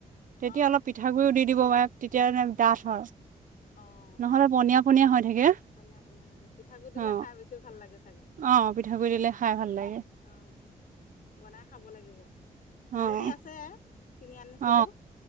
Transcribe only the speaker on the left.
অঁ
অ',
পনীয়া, পনীয়া হয়‌ <unintelligible> পিঠাগুৰি দিলে
খাই বেছি ভাল লাগে চাগে।
অ' বনাই খাব লাগিব হালধি
আছে। কিনি আনিছিলোঁ